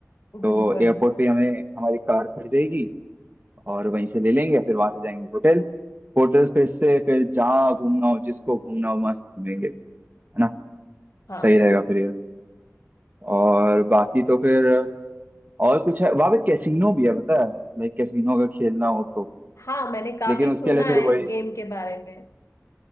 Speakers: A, on the right; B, on the left.
A: तो
B: बिल्कुल
A: एयरपोर्ट पे हमें हमारी कार खड़ी रहेगी और वहीं से ले लेंगे फिर वहां से जाएंगे होटल होटल फिर से फिर जहाँ घूमना हो जिसको घूमना हो मस्त घूमेंगे है ना
B: हाँ
A: सही रहेगा फिर ये और बाकी तो फिर और कुछ है वहां पे कैसीनो भी है पता है लाइक कैसीनो अगर खेलना हो तो
B: हाँ मैंने काफी
A: लेकिन उसके
B: सुना
A: लिए
B: है
A: फिर वही
B: इस गेम
A: <laughs>
B: के बारे में